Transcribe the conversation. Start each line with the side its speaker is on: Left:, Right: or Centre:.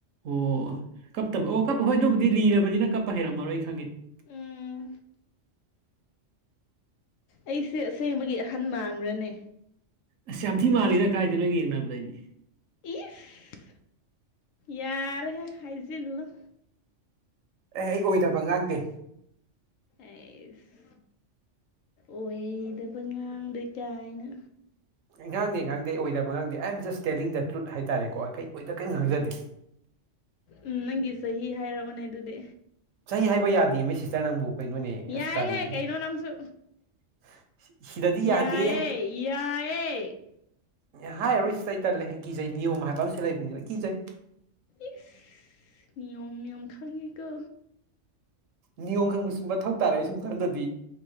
Right: ꯑꯣ ꯀꯞꯇꯕ ꯑꯣ ꯀꯞꯄ ꯍꯣꯏ ꯑꯗꯨꯕꯨꯗꯤ ꯂꯤꯔꯕꯔꯕꯅꯤꯅ ꯀꯞꯄ ꯍꯩꯔꯝꯃꯔꯣꯏ ꯈꯪꯉꯦ <inaudible>
Left: ꯎꯝ ꯑꯩꯁꯦ ꯑꯁꯦꯡꯕꯒꯤ ꯑꯍꯟ ꯃꯥꯟꯕ꯭ꯔꯅꯦ
Right: ꯑꯁ ꯌꯥꯝ ꯊꯤ ꯃꯥꯜꯂꯤꯅ ꯀꯥꯏꯗꯅꯣ ꯑꯩꯒ ꯌꯦꯡꯅꯕꯗꯗꯤ
Left: ꯏꯁ ꯌꯥꯔꯦꯍꯦ ꯍꯥꯏꯖꯤꯟꯂꫭ
Right: ꯑꯦ ꯑꯩ ꯑꯣꯏꯗꯕ ꯉꯥꯡꯗꯦ
Left: ꯑꯩꯁ ꯑꯣꯏꯗꯕ ꯉꯥꯡꯗꯦ ꯀꯥꯏꯅ
Right: ꯑꯩ ꯉꯥꯡꯗꯦ ꯉꯥꯡꯗꯦ ꯑꯣꯏꯗꯕ ꯉꯥꯡꯗꯦ I am just telling the truth ꯍꯥꯏꯇꯥꯔꯦꯀꯣ ꯑꯩ ꯑꯣꯏ ꯀꯔꯤꯝ ꯈꯪꯖꯗꯦ
Left: ꯎꯝ ꯅꯪꯒꯤ ꯆꯍꯤ ꯍꯥꯏꯔꯛ ꯑꫭꯅꯦ ꯑꯗꯨꯗꯤ
Right: ꯆꯍꯤ ꯍꯥꯏꯕ ꯌꯥꯗꯦ ꯃꯤ ꯁꯤꯁꯇꯔ ꯅꯪꯕꯨ ꯀꯩꯅꯣꯅꯦ
Left: ꯌꯥꯏ
Right: ꯑꯁ ꯇꯜꯂꯤꯍꯦ
Left: ꯍꯦ ꯀꯩꯅꯣ ꯅꯪꯁꯨ
Right: <inaudible> ꯌꯥꯗꯦ
Left: ꯌꯥꯏꯌꯦ ꯌꯥꯏꯌꯦ
Right: ꯑꯦ ꯍꯥꯏꯔꯔꯣꯏ ꯁꯤꯇꯔ ꯑꯩ ꯇꯜꯂꯦ ꯀꯤꯖꯩ ꯅꯤꯌꯣꯝ ꯍꯥꯏꯕ ꯑꯃꯁꯨ ꯂꯩꯕꯅꯤꯅ ꯀꯤꯖꯩ
Left: ꯏꯁ ꯅꯤꯌꯣꯝ ꯌꯥꯝ ꯈꯪꯉꯤꯀꯣ
Right: ꯅꯤꯌꯣꯝ ꯈꯪꯕꯁꯨ ꯃꯊꯧ ꯇꯥꯔꯛꯦ ꯁꯨꯝ ꯀꯥꯟꯗꯗꯤ